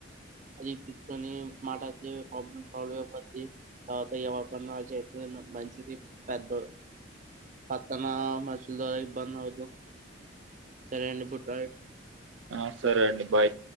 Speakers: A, on the right; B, on the right.
A: అది తీసుకొని మాటతే ప్రాబ్లమ్ సాల్వ్ అయిపోద్ది తర్వాత ఎవరీ పని వాల్ చేసుకోవడం మంచిది పెద్ద పక్కన మనుషుల ద్వారా ఇబ్బంది అవుదు సరే అండి ఇప్పుడూ
B: ఆ సరే అండి బాయ్